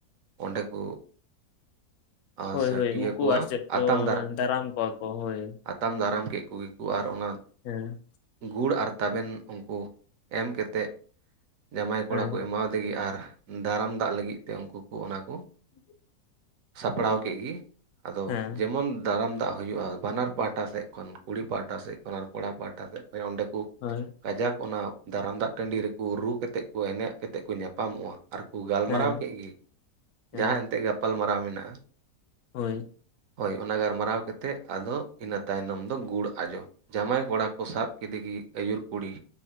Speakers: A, on the right; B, on the left.
A: ᱚᱸᱰᱮ ᱠᱚ ᱟ
B: ᱦᱳᱭ
A: ᱥᱮ
B: ᱦᱳᱭ
A: ᱤᱭᱟᱹ
B: ᱩᱱᱠᱩ
A: ᱠᱚᱣᱟ
B: ᱟᱨ ᱪᱮᱫ ᱠᱚ
A: ᱟᱛᱟᱢ
B: ᱫᱟᱨᱟᱢ ᱠᱚᱣᱟ ᱠᱚ ᱦᱳᱭ᱾
A: ᱟᱛᱟᱢ ᱫᱟᱨᱟᱢ ᱠᱮᱫ ᱠᱚᱜᱮ ᱠᱚ, ᱟᱨ ᱚᱱᱟ
B: ᱦᱮᱸ
A: ᱜᱩᱲ ᱟᱨ ᱛᱟᱵᱮᱱ ᱩᱱᱠᱩ ᱮᱢ ᱠᱟᱛᱮᱫ ᱡᱟᱢᱟᱭ ᱠᱚᱲᱟ
B: ᱦᱮᱸ
A: ᱠᱚ ᱮᱟᱢᱭ ᱞᱟᱹᱜᱤᱫ ᱟᱨ ᱫᱟᱨᱟᱢ ᱫᱟᱜ ᱞᱟᱹᱜᱤᱫ ᱛᱮ ᱩᱱᱠᱩ ᱠᱚ ᱚᱱᱟ ᱠᱚ
B: ᱦᱩᱸ <unintelligible>
A: ᱥᱟᱯᱲᱟᱣ ᱠᱮᱫ ᱜᱮ ᱟᱫᱚ
B: ᱦᱮᱸ
A: ᱡᱮᱢᱚᱱ ᱫᱟᱨᱟᱢ ᱫᱟᱜ- ᱦᱩᱭᱩᱜᱼᱟ ᱵᱟᱱᱟᱨ ᱯᱟᱦᱟᱴᱟ ᱥᱮᱫ ᱠᱷᱚᱱ ᱠᱩᱲᱤ ᱯᱟᱦᱟᱴᱟ ᱥᱮᱫ ᱠᱷᱚᱱ᱾ ᱟᱨ ᱠᱚᱲᱟ ᱯᱟᱦᱴᱟ ᱥᱮᱫ ᱠᱷᱚᱱ ᱚᱸᱰᱮ ᱠᱚ
B: ᱦᱟᱭ
A: ᱠᱟᱡᱟᱠ ᱚᱱᱟ ᱫᱟᱨᱟᱢ ᱫᱟᱜ ᱴᱟᱺᱰᱤ ᱨᱮᱠᱚ ᱨᱩ ᱠᱟᱛᱮ ᱠᱚ ᱮᱱᱮᱡ ᱠᱟᱛᱮ ᱠᱚ ᱧᱟᱯᱟᱢᱚᱜᱼᱟ ᱟᱨ ᱠᱚ ᱜᱟᱞᱢᱟᱨᱟᱣ
B: ᱦᱮᱸ
A: ᱠᱮᱫ ᱜᱮ
B: ᱦᱮᱸ
A: ᱡᱟᱦᱟᱸ ᱮᱱᱛᱜ ᱜᱟᱯᱟᱞ ᱢᱟᱨᱟᱣ ᱢᱮᱱᱟᱜᱼᱟ᱾
B: ᱦᱳᱭ᱾
A: ᱦᱳᱭ ᱚᱱᱟ ᱜᱟᱞᱢᱟᱨᱟᱣ ᱠᱟᱛᱮ ᱛᱮ ᱟᱫᱚ ᱤᱱᱟᱹ ᱛᱟᱭᱱᱚᱢ ᱫᱚ ᱜᱩᱲ ᱟᱡᱚ ᱡᱟᱢᱟᱭ ᱠᱚᱲᱟ ᱠᱚ ᱥᱟᱵ ᱠᱮᱫᱮ ᱜᱮ ᱟᱹᱭᱩᱨ ᱠᱩᱲᱤ᱾